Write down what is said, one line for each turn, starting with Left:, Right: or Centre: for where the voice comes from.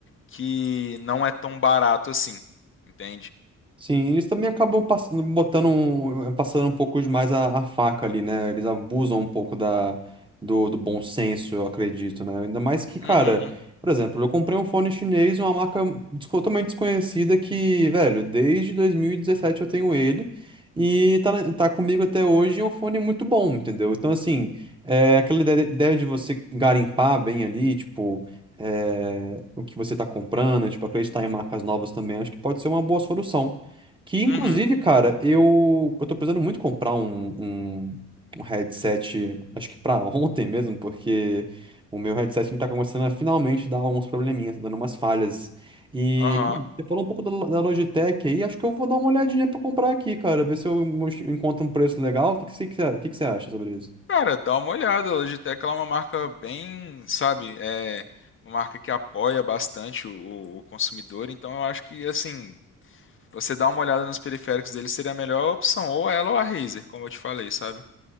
Left: que não é tão barato assim, entende?
Right: Sim, eles também acabam passando, botando um, passando um pouco demais a, a faca ali, né? Eles abusam um pouco da, do, do bom senso, eu acredito, né? Ainda mais que, cara,
Left: Uhum,
Right: por exemplo, eu comprei um fone chinês, uma marca des- totalmente desconhecida que, velho, desde 2017 eu tenho ele e tá, na- tá comigo até hoje e é um fone muito bom, entendeu? Então, assim, é, aquela ide- ideia de você garimpar bem ali, tipo. é, o que você está comprando, tipo, acreditar em marcas novas também, acho que pode ser uma boa solução. Que inclusive,
Left: uhum,
Right: cara, eu, eu tô precisando muito comprar um, um, um headset, acho que pra <laughs> ontem mesmo, porque o meu headset não tá começando a finalmente dar uns probleminhas, tá dando umas falhas. E,
Left: aham.
Right: bom, você falou um pouco da, da Logitech aí, acho que eu vou dar uma olhadinha pra comprar aqui, cara, ver se eu encontro um preço legal. O que que você, o que que você acha sobre isso?
Left: Cara, dá uma olhada, a Logitech ela é uma marca bem, sabe, é uma marca que apoia bastante o, o- o consumidor, então eu acho que, assim, você dar uma olhada nos periféricos dele seria a melhor opção, ou ela ou a Razer, como eu te falei, sabe?